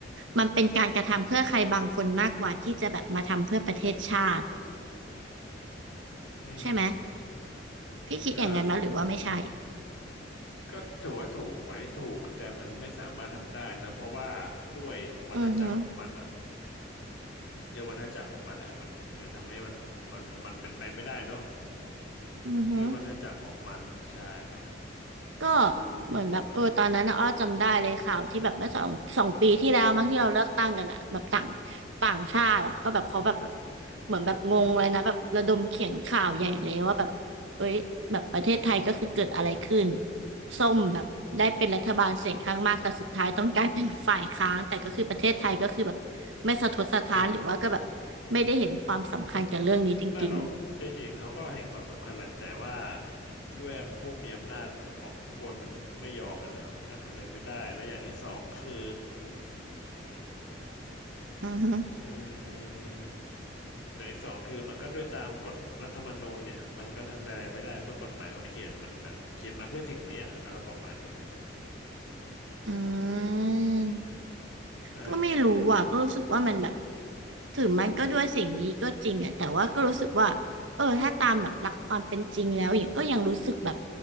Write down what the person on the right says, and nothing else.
มันเป็นการกระทำเพื่อใครบางคนมากกว่าที่จะแบบมาทำเพื่อประเทศชาติ
ใช่ไหมพี่คิดอย่างนั้นไหมหรือว่าไม่ใช่
อือฮึ
อือฮึ
ก็เหมือนแบบเออตอนนั้นนะอ้อจำได้เลยข่าวที่แบบเมื่อสองสองปีที่แล้วมั้งที่เราเลือกตั้งกันอะแบบต่างต่างชาติอะก็แบบเขาแบบเหมือนแบบงงเลยนะแบบระดมเขียนข่าวใหญ่เลยว่าแบบเอ้ยแบบประเทศไทยก็คือเกิดอะไรขึ้นส้มแบบได้เป็นรัฐบาลเสียงข้างมากแต่สุดท้ายต้องกลายเป็นฝ่ายค้านแต่ก็คือประเทศไทยก็คือแบบไม่สะทกสะท้านหรือว่าก็แบบไม่ได้เห็นความสำคัญกับเรื่องนี้จริง
ๆอือฮึ
อืม
ก็ไม่รู้อ่ะ ก็รู้สึกว่ามันแบบถึงมันก็ด้วยสิ่งนี้ก็จริงอ่ะ แต่ว่าก็รู้สึกว่าเออถ้าตามแบบหลักความเป็นจริงแล้วอย่างก็ยังรู้สึกแบบ